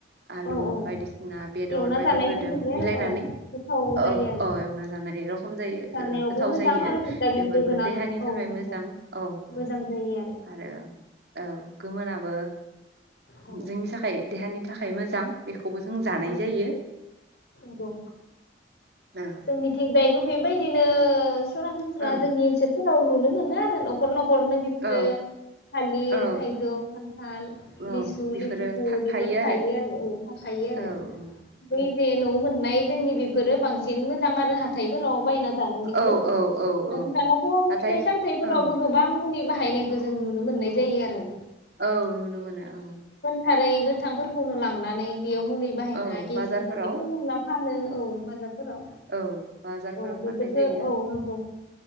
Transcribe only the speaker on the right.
आलु
बायदिसिना बेदर
बायदिफोरदों
मिलायनानै
अ
अ एवनानै जानायरखम जायो
गोथाव
जायो
बेफोरबो
देहानि
थाखाय
मोजां औ औ
आरो औ गोमोननाबो
जोंनि थाखाय देहानि थाखाय मोजां बे खौबो जों जानाय
जायो
ओ
ओ
औ
औ
औ
बेफोरो
थाखायो
औ
औ
ओ औ औ औ
हाथाय
औ
औ नुनो मोनो औ
औ
बाजारफोराव
औ बाजारफोराव
फाननाय जायो